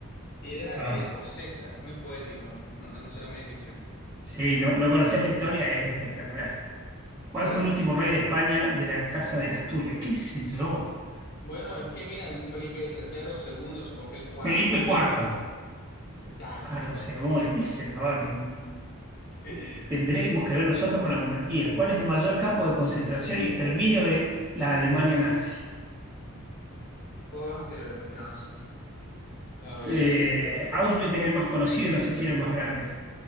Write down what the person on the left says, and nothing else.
Piedra
de Rosetta. Muy poético, ¿no? No, no, no será muy egipcio.
A ver,
bueno, es que mira, dice Felipe tercero, segundo, supongo que el cuarto,
porque es
el último. Dale.
<laughs>
Todos los anteriores, me tiranos. A ver,
esto.